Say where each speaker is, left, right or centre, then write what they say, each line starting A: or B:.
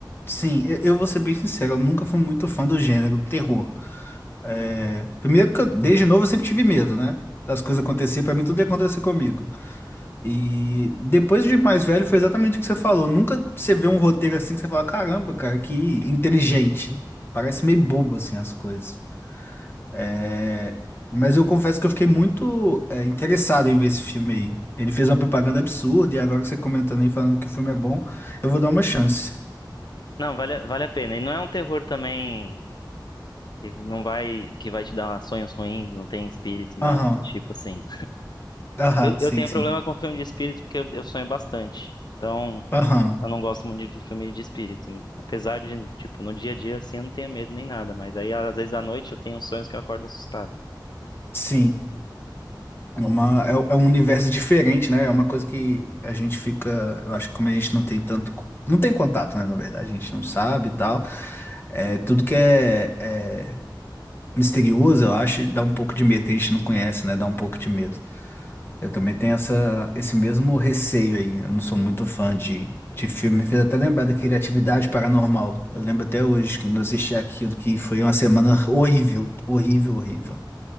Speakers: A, on the left; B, on the left.
A: Sim, eu eu vou ser bem sincero, eu nunca fui muito fã do gênero terror. É, Primeiro que eu, desde novo eu sempre tive medo, né? Das coisas acontecer, pra mim tudo ia acontecer comigo. E depois de mais velho, foi exatamente o que você falou. Nunca você vê um roteiro assim que você fala, caramba, cara, que inteligente. Parece meio bobo, assim, as coisas. É, Mas eu confesso que eu fiquei muito é, interessado em ver esse filme aí. Ele fez uma propaganda absurda e agora você comentando aí, falando que o filme é bom, eu vou dar uma chance.
B: Não, vale, a- vale a pena. E não é um terror também que não vai, que vai te dar sonhos ruins, não tem espírito, nada
A: Aham,
B: do tipo assim.
A: aham,
B: Eu,
A: sim,
B: eu tenho
A: sim.
B: problema com filme de espírito porque eu, eu sonho bastante. Então,
A: Aham,
B: eu não gosto muito de filme de espírito. Apesar de, tipo, no dia a dia, assim, eu não tenho medo nem nada. Mas aí, às vezes, à noite, eu tenho uns sonhos que eu acordo assustado.
A: sim. É Uma, é, é um universo diferente, né? É uma coisa que a gente fica. Eu acho que como a gente não tem tanto. co- Não tem contato, né? Na verdade, a gente não sabe e tal. É, tudo que é, é misterioso, eu acho, dá um pouco de medo, que a gente não conhece, né? Dá um pouco de medo. Eu também tenho essa, esse mesmo receio aí. Eu não sou muito fã de, de filme. Me fez até lembrar daquele Atividade Paranormal. Eu lembro até hoje, quando eu assisti aquilo, que foi uma semana horrível. Horrível, horrível.